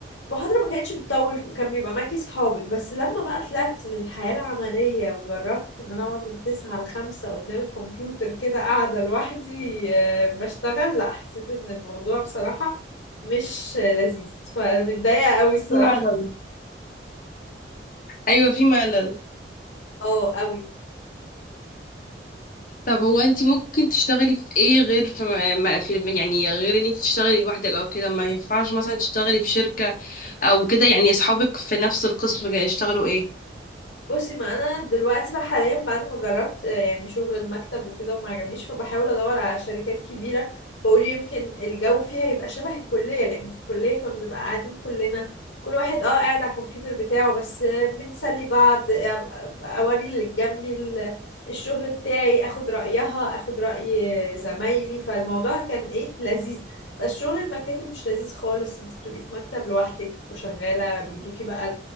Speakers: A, on the left; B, on the left.
A: المحاضرة ما كانتش بتطول وكان بيبقى معاكي صحابك بس لما بقى طلعت للحياة العملية وجربت ان انا اقعد من تسعة لخمسة قدام الكمبيوتر كده قاعدة لوحدي آه، بشتغل لا حسيت ان الموضوع بصراحة مش لذيذ فمتضايقة قوي الصراحة
B: في ملل ايوه في ملل
A: اه قوي
B: طب هو انتي ممكن تشتغلي في ايه غير في, ما في يعني غير ان انتي تشتغلي لوحدك او كده ما ينفعش مثلا تشتغلي في شركة او كده يعني اصحابك في نفس القسم جا- اشتغلوا ايه
A: بصي ما انا دلوقتي بقى حاليا بعد ما جربت آه، يعني شغل المكتب وكده وما عجبنيش فبحاول ادور على شركات كبيره بقول يمكن الجو فيها يبقى شبه الكليه لان في الكليه كنا بنبقى قاعدين كلنا كل واحد اه قاعد على الكمبيوتر بتاعه بس آه، بنسلي بعض آه، أبقى- اوري اللي جنبي ال- الشغل بتاعي اخد رايها اخد راي زمايلي فالموضوع كان ايه لذيذ بس شغل المكاتب مش لذيذ خالص انت بتبقي في مكتب لوحدك وشغاله بيدوكي بقى